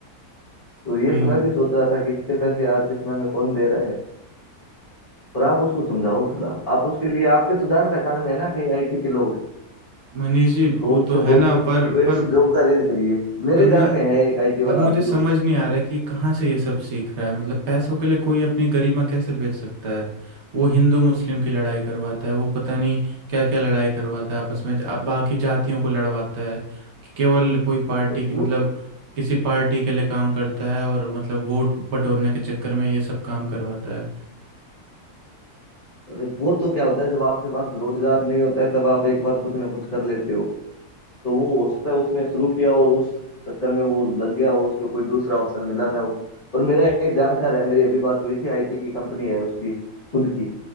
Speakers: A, on the left (about 40°); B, on the right (about 55°).
A: तो ये
B: वही
A: तो मैं भी सोच रहा था कि इतने पैसे आज के समय में कौन दे रहा है पर आप उसको समझाओ थोड़ा आप उसके लिए आपके तो जान पहचान में है ना कई आईटी के लोग
B: मनीष जी वो
A: तो उनसे
B: तो
A: बोल
B: है ना
A: के उसके
B: पर
A: लिए कोई अच्छी
B: पर
A: जॉब का अरेंज करिए मेरे
B: पर मैं
A: जान में है एक आईटी
B: पर
A: वाला
B: मुझे
A: अभी
B: समझ
A: दोस्त
B: नहीं आ रहा है कि कहाँ से ये सब सीख रहा है मतलब पैसों के लिए कोई अपनी गरिमा कैसे बेच सकता है वो हिंदू मुस्लिम की लड़ाई करवाता है वो पता नहीं क्या क्या लड़ाई करवाता है आपस में अब बाकी जातियों को लड़वाता है कि केवल कोई पार्टी
A: नहीं,
B: की
A: वो
B: मतलब
A: तो
B: किसी पार्टी के लिए काम करता है और मतलब वोट बटोरने के चक्कर में ये सब काम करवाता है
A: अरे वो तो क्या होता है जब आपके पास रोजगार नहीं होता है तब आप एक बार कुछ ना कुछ कर लेते हो तो वो हो सकता है उसने शुरू किया और उस चक्कर में वो लग गया हो उसको कोई दूसरा ऑप्शन मिला ना हो पर मेरा एक जानकार है मेरी अभी बात हुई थी आईटी की कंपनी है उसकी खुद की